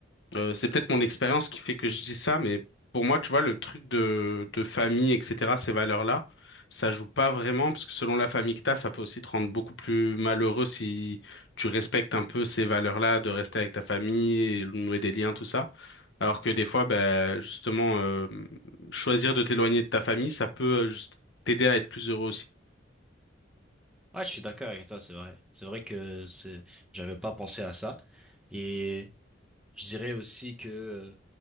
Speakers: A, on the left; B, in the centre.
A: Euh, c'est peut-être mon expérience qui fait que je dis ça, mais pour moi, tu vois, le truc de, de famille, etc., ces valeurs-là, ça joue pas vraiment, parce que selon la famille que t'as, ça peut aussi te rendre beaucoup plus malheureux si tu respectes un peu ces valeurs-là, de rester avec ta famille, et nouer des liens, tout ça. Alors que des fois, ben, justement, euh, choisir de t'éloigner de ta famille, ça peut euh, juste t'aider à être plus heureux aussi.
B: Ouais, je suis d'accord avec toi, c'est vrai. C'est vrai que c'est, j'avais pas pensé à ça. Et je dirais aussi que euh,